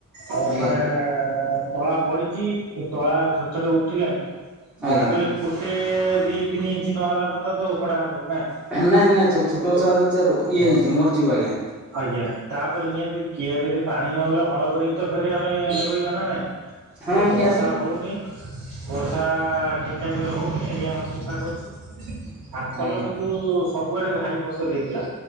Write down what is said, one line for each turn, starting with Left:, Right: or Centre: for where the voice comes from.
Right: ଆଉ
Centre: ଆଜ୍ଞା
Right: ମାନେ ତଳା ପଡିଛି କିନ୍ତୁ ତଳା ଛୋଟ ଛୋଟ ଉଠିଲାଣି ଯାହା
Centre: ଆଜ୍ଞା
Right: ବି ହେଲେ ଗୋଟେ ଦୁଇ ତିନି ଇଞ୍ଚ ନହେଲା ବନ୍ଦ ତ ଉପଡ଼ା ହେବ। ହଁ
Centre: ନାଇଁ ନାଇଁ ଛୋଟ ଗଛରା ଇଏ ହେଇଯିବ ମରିଯିବ ଆଜ୍ଞା
Right: ଆଜ୍ଞା ତା ପରେ ନିହାତି କିଆରି ସେ ପାଣି ନହେଲେ ହଳ କରି ତ ଫେରେ ଆମେ ରୋଇବା ନା ନାଇଁ
Centre: ହଁ
Right: ତ ବର୍ଷା
Centre: ନିହାତି।
Right: ହଉନି। ବର୍ଷା ଠିକ ଟାଇମ ରେ ହଉନି ଏଇଆ ଅସୁବିଧା କରୁଛି। ଆରଥର
Centre: ଆଜ୍ଞା
Right: କିନ୍ତୁ ସବୁଆଡେ ଭାରି ଫସଲ ହେଇଥିଲା